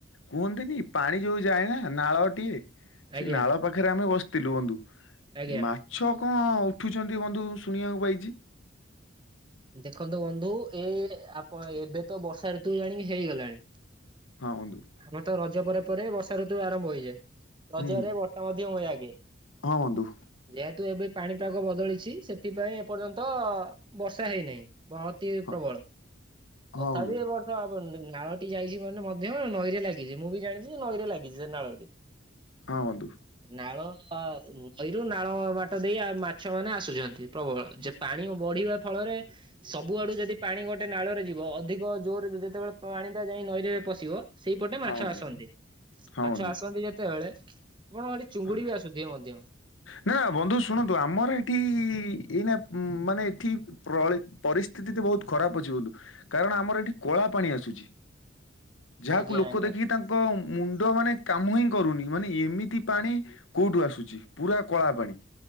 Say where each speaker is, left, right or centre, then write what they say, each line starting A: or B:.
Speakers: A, on the left; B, on the right.
A: କୁହନ୍ତିନି ପାଣି ଯୋଉ ଯାଏନା ନା, ନାଳଟିଏ ସେ
B: ଆଜ୍ଞା
A: ନାଳ ପାଖରେ ଆମେ ବସିଥିଲୁ ବନ୍ଧୁ,
B: ଆଜ୍ଞା।
A: ମାଛ କଣ ଉଠୁଛନ୍ତି ବନ୍ଧୁ ଶୁଣିବାକୁ ପାଇଛି?
B: ଦେଖନ୍ତୁ ବନ୍ଧୁ -ଏ ଆପଣ ଏବେ ତ ବର୍ଷା ଋତୁ ଜାଣି କି ହେଇଗଲାଣି
A: ହଁ ବନ୍ଧୁ।
B: ଆମ ତ ରଜ ପରେ ପରେ ବର୍ଷା ଋତୁ ଆରମ୍ଭ ହୋଇଯାଏ। ରଜରେ
A: ହୁଁ
B: ବଟ ମଧ୍ୟ ହୁଏ ଆଗେ
A: ହଁ ବନ୍ଧୁ
B: ଯେହେତୁ ଏବେ ପାଣିପାଗ ବଦଳିଛି ସେଥିପାଇଁ ଏପର୍ଯ୍ୟନ୍ତ ବର୍ଷା ହେଇନାହିଁ। ବହତି ହି
A: ହଁ
B: ପ୍ରବଳ, ତଥାପି
A: ହଁ ବନ୍ଧୁ
B: ଏ ବର୍ଷ ନାଳଟି ଯାଇଛି ମାନେ ମଧ୍ୟ, ନଈରେ ଲାଗିଛି ମୁଁ ବି ଜାଣିଛି ନଈରେ ଲାଗିଛି। ଯେ ନାଳଟି
A: ହଁ ବନ୍ଧୁ
B: ନାଳ ନଈରୁ ନାଳ ବାଟ ଦେଇ ମାଛ ମାନେ ଆସୁଛନ୍ତି ପ୍ରବଳ, ଯେ ପାଣି ବଢିବା ଫଳରେ ସବୁଆଡୁ ଯଦି ପାଣି ଗୋଟେ ନାଳରେ ଯିବ ଅଧିକ ଜୋର ଯେତେବେଳେ ପାଣି ଟା ଯାଇ ନଈରେ ପଶିବ ସେଇପଟେ ମାଛ
A: ହଁ ବନ୍ଧୁ
B: ଆସନ୍ତି
A: ହଁ
B: ମାଛ
A: ବନ୍ଧୁ
B: ଆସନ୍ତି ଯେତେବେଳେ ଆପଣଙ୍କ ସେଠି ଚୁଙ୍ଗୁଡି
A: ହଁ,
B: ବି ଆସୁଥିବେ ମଧ୍ୟ।
A: ନା ନା ବନ୍ଧୁ ଶୁଣନ୍ତୁ, ଆମର ଏଠି ଏଇନା ଉ ମାନେ ଏଠି ପ୍ରଳି ପରିସ୍ଥିତି ତ ବହୁତ ଖରାପ ଅଛି, ବହୁତ୍ କାରଣ ଆମର ଏଠି କଳା ପାଣି ଆସୁ ଝି <unintelligible> ଯାହାକୁ
B: ଆଜ୍ଞା
A: ଲୋକ
B: ଆଜ୍ଞା
A: ଦେଖିକି ତାଙ୍କ ମୁଣ୍ଡ ମାନେ କାମ ହିଁ କରୁନି ମାନେ ଏମିତି ପାଣି କୋଉଠୁ ଆସୁଛି? ପୁରା କଳା ପାଣି।